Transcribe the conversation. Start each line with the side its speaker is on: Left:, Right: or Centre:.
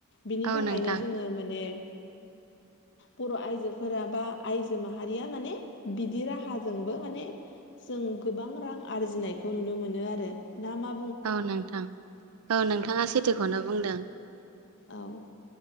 Left: बिनि थाखायनो
Right: औ नोंथां
Left: जोङो माने बर' आइजोफोरा बा आइजो माहारिया माने बिदि राहाजोंबो माने जों गोबां रां आरजिनायखौ नुनो मोनो आरो ना मा
Right: औ नोंथां औ नोंथाङा सैथोखौनो बुंदों।
Left: औ